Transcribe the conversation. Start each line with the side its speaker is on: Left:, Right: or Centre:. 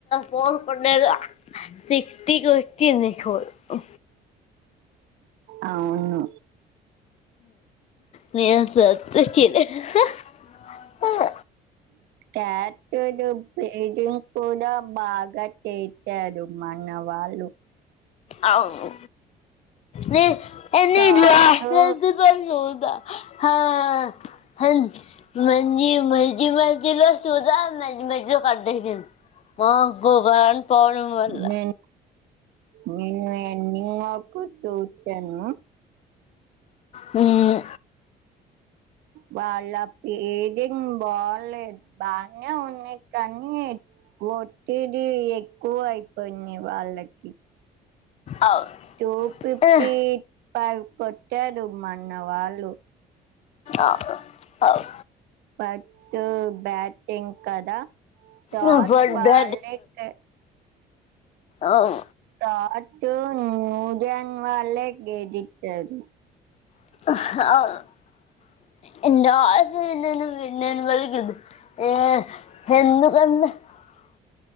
Left: ఫోర్ కొట్టారు సిస్టీ కి వచ్చింది స్కోర్ ఆహ
Right: అవును
Left: నేను <unintelligible>
Right: టట్డు పెట్టు కూడా బాగా తెట్టారు మన వాళ్ళు
Left: అవును నే ఎని
Right: తాతు
Left: ఇల్ ఎదువుదా హ మంజు మధ్య మధ్యలో సుధా మధ్య మధ్యలో బర్త్డే వెళ్తోంది పోవడం వల్ల
Right: నేను నేను ఎన్ని నాకు తూచాను
Left: మ్మ్
Right: వాళ్ళ పేదెం బాలేదు బనే ఉన్ని కానీ వట్టిది కో అయిపోయింది వాళ్ళకి
Left: అవును
Right: టూ ఫిఫ్టీ
Left: ఉహ్
Right: పైవ్ కొట్టాడు మన్న వాళ్ళు
Left: అఓ అవు
Right: బట్ బ్యాటింగ్ కదా తాత్
Left: నా బర్త్డే
Right: వాళ్లకే
Left: అవు
Right: పాటు న్యూజం వాళ్ళ గదిట్టారు
Left: అ <unintelligible>